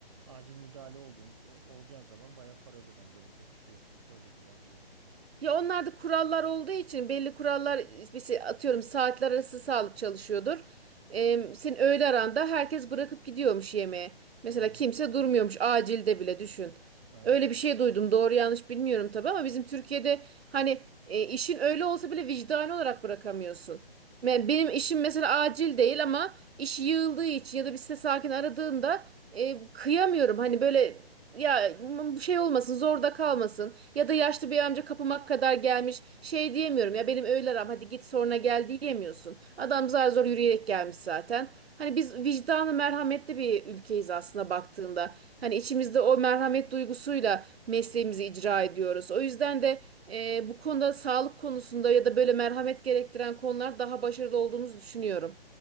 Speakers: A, on the right; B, on the right.
A: Acil müdahale oldun o- olacağın zaman baya para ödemen gerekiyormuş diye söylediler bize.
B: Ya onlarda kurallar olduğu için belli kurallar mesela atıyorum saatler arası sağlık çalışıyordur. Ee, senin öğle aranda herkes bırakıp gidiyormuş yemeğe. Mesela
A: Hı hı.
B: kimse durmuyormuş acilde bile düşün.
A: Aynen.
B: Öyle bir şey duydum doğru yanlış bilmiyorum tabii ama bizim Türkiye'de hani e, işin öyle olsa bile vicdani olarak bırakamıyorsun. Me- Benim işim mesela acil değil ama iş yığıldığı için ya da bir ses sakin aradığında e, kıyamıyorum. Hani böyle ya bu şey olmasın zorda kalmasın ya da yaşlı bir amca kapıma kadar gelmiş şey diyemiyorum ya benim öğle aram hadi git sonra gel diyemiyorsun. Adam zar zor yürüyerek gelmiş zaten. Hani biz vicdanı merhametli bir ülkeyiz aslında baktığında. Hani içimizde o merhamet duygusuyla mesleğimizi icra ediyoruz. O yüzden de e, bu konuda sağlık konusunda ya da böyle merhamet gerektiren konular daha başarılı olduğumuzu düşünüyorum.